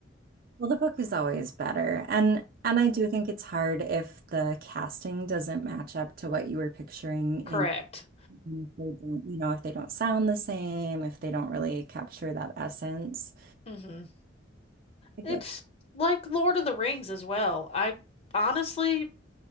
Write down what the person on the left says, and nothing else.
Correct.
hmm
It's
like Lord of the Rings as well. I honestly